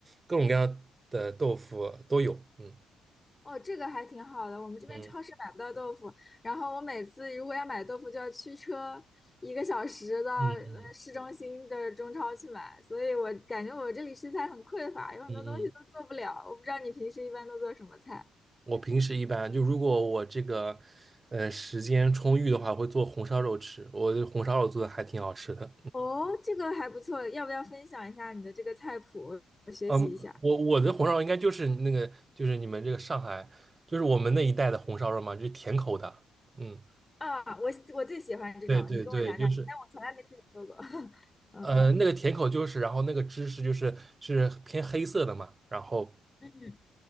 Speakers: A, on the right; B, on the left.
A: 各种各样的豆腐都有。嗯
B: 哦，这个还挺好的。我们这边超市买不到豆腐，
A: 嗯
B: 然后我每次如果要买豆腐，就要驱车一个小时到呃市中心的中超去买，
A: 嗯
B: 所以我感觉我这里食材很匮乏，有很多东西都做不了。
A: 嗯嗯，
B: 我不知道你平时一般都做什么菜？
A: 我平时一般就如果我这个呃时间充裕的话，会做红烧肉吃。我的红烧肉做的还挺好吃的。
B: 哦，这个还不错，要不要分享一下你的这个菜谱，我学习一下？
A: 嗯，我我的红烧肉应该就是那个就是你们这个上海就是我们那一带的红烧肉嘛，就是甜口的。嗯，
B: 啊，我我最喜欢这种，
A: 对对对，
B: 你跟我讲讲，
A: 就是。
B: 但我从来没自己做过。<laughs> 嗯
A: 呃，那个甜口就是，然后那个芝士就是是偏黑色的嘛，然后
B: 嗯，